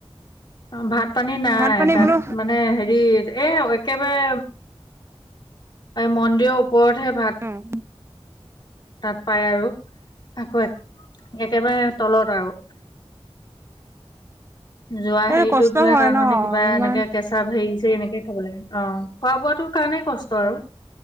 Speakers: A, on the left; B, on the right.
A: অ ভাঁত পানী নাই
B: ভাত পানী
A: তাতঁ
B: বোলো
A: মানে হেৰি এ একেবাৰে মন্দিৰৰ ওপৰতহে ভাত
B: অ',
A: তাত পাই আৰু আকৌ একেবাৰে তলত আৰু। যোৱা
B: তেতিয়াতো
A: হেৰিতোত
B: কষ্ট
A: বোলে
B: হয়
A: তাত
B: ন
A: মানে কিবা
B: ইমান
A: এনেকা কেঁচা হেৰিত এনেকে খাব লাগে অ খোৱা বোৱাটো কাৰণে কষ্ট আৰু।